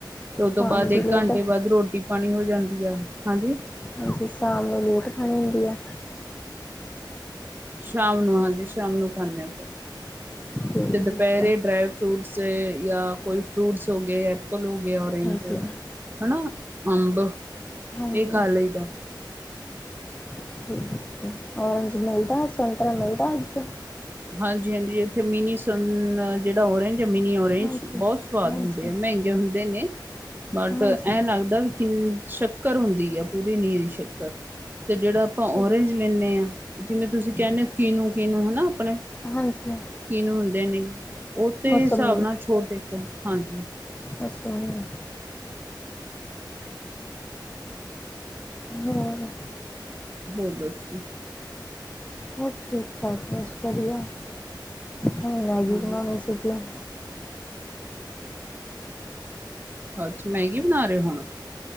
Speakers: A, on the right; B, on the left.
A: ਤੇ ਉਹ ਤੋਂ
B: ਸ਼ਾਮ
A: ਬਾਅਦ
B: ਦੀ
A: ਇੱਕ
B: ਲੇਟ
A: ਘੰਟੇ ਬਾਅਦ ਰੋਟੀ ਪਾਣੀ ਹੋ ਜਾਂਦੀ ਆ, ਹਾਂਜੀ।
B: ਹਾਂਜੀ, ਸ਼ਾਮ ਨੂੰ ਲੇਟ ਖਾਣੀ ਹੁੰਦੀ ਹੈ।
A: ਸ਼ਾਮ ਨੂੰ ਹਾਂਜੀ ਸ਼ਾਮ ਨੂੰ ਖਾਣੇ ਆ ਫਿਰ।
B: ਠੀਕ
A: ਤੇ ਦੁਪਹਿਰੇ
B: ਆ
A: ਡਰਾਈ ਫਰੂਟਸ ਜਾਂ ਕੋਈ ਫਰੂਟਸ ਹੋ ਗਏ। ਐਪਲ ਹੋ ਗਿਆ ਓਰੇਂਜ
B: ਹਾਂਜੀ
A: ਹਨਾ ਅੰਬ
B: ਹਾਂਜੀ
A: ਇਹ ਖਾ ਲਈਦਾ।
B: ਠੀਕ, ਔਰਿੰਜ ਮਿਲਦਾ ਸੰਤਰਾ ਮਿਲਦਾ ਇੱਕ,
A: ਹਾਂਜੀ-ਹਾਂਜੀ, ਇੱਥੇ ਮਿਨੀ ਸਨ ਜਿਹੜਾ ਔਰਿੰਜ ਆ ਮਿਨੀ ਔਰਿੰਜ
B: ਹਾਂਜੀ
A: ਬਹੁਤ, ਸਵਾਦ
B: ਹਾਂਜੀ
A: ਹੁੰਦੇ ਆ ਮਹਿੰਗੇ ਹੁੰਦੇ ਨੇ। ਬਟ
B: ਹਾਂਜੀ
A: ਐ ਲੱਗਦਾ ਵੀ ਕਿੰ ਸ਼ੱਕਰ ਹੁੰਦੀ ਆ ਪੂਰੀ ਨਿਰੀ ਦੀ ਸ਼ੱਕਰ। ਤੇ ਜਿਹੜਾ ਆਪਾਂ
B: ਠੀਕ
A: ਔਰਿੰਜ ਲੈਂਣੇ ਹਾਂ ਜਿਵੇਂ ਤੁਸੀਂ ਕਹਿੰਦੇ ਹੋ ਕੀਨੂੰ-ਕੀਨੂ ਹਨਾ ਆਪਣੇ,
B: ਹਾਂਜੀ-ਹਾਂ
A: ਕੀਨੂ ਹੁੰਦੇ ਨੇ ਉਹਦੇ
B: ਮੌਸਮੀ
A: ਹਿਸਾਬ ਨਾਲ ਛੋਟ ਦੇਖ ਹਾਂਜੀ।
B: ਬੱਸ ਓਹੀ ਹਾ। ਹਾਂ।
A: ਹੋਰ ਦੱਸੋ?
B: ਬਸ ਠੀਕ ਠਾਕ ਬਸ ਵਧੀਆ ਹੋਣ ਮੈਗੀ
A: ਹਾਂਜੀ
B: ਬਣਾਉਣੀ ਸਿੱਖ ਲਾ
A: ਅੱਛਾ ਮੈਗੀ ਬਣਾ ਰਹੇ ਹੋ ਹੁਣ,